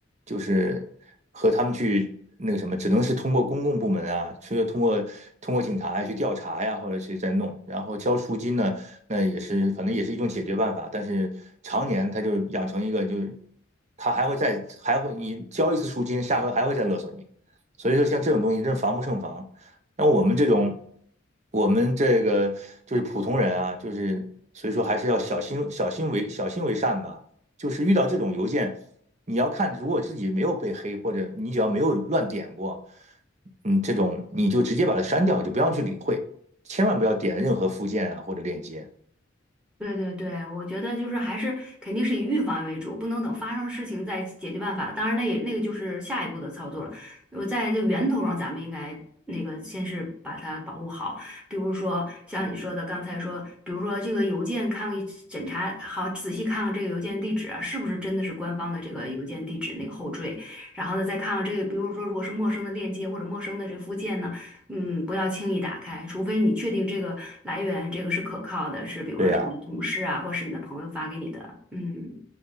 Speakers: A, on the right; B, in the centre.
A: 就是和他们去那个什么，只能是通过公共部门啊，除了通过通过警察去调查呀，或者去再弄，然后交赎金呢，那也是反正也是一种解决办法，但是常年他就养成一个就是。他还会再还会你交一次赎金，下回还会再勒索你。所以说，像这种东西真是防不胜防。那我们这种，我们这个就是普通人啊，就是所以说还是要小心、小心为小心为善吧。就是遇到这种邮件，你要看，如果自己没有被黑，或者你只要没有乱点过，嗯，这种你就直接把它删掉，就不要去理会，千万不要点任何附件啊或者链接。
B: 对对对，我觉得就是还是肯定是以预防为主，不能等发生事情再解决办法。当然，那也那个就是下一步的操作了。我在这个源头上，咱们应该那个先是把它保护好，比如说像你说的刚才说，比如说这个邮件看检查好，仔细看看这个邮件地址啊，是不是真的是官方的这个邮件地址那个后缀，然后呢再看看这个，比如说如果是陌生的链接或者陌生的这附件呢。嗯，不要轻易打开，除非你确定这个来源这个是可靠的，是比如说是你的同事啊，
A: 对呀、
B: 或是你的朋友发给你的。嗯。